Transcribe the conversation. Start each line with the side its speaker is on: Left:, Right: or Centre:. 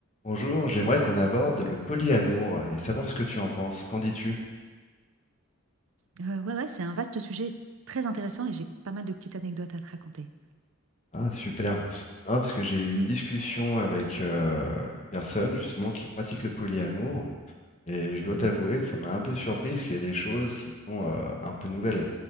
Left: Bonjour, j'aimerais qu'on aborde le polyamour et savoir ce que tu en penses. Qu'en dis-tu?
Right: Heu, ouais, ouais, c'est un vaste sujet très intéressant et j'ai pas mal de petites anecdotes à te raconter.
Left: Ah, super. Non, parce que j'ai eu une
Right: Mmh.
Left: discussion avec euh, une personne justement qui pratique le polyamour et je dois t'avouer
Right: Mmh mh.
Left: que ça m'a un peu surprise qu'il y a des choses qui sont euh, un peu nouvelles.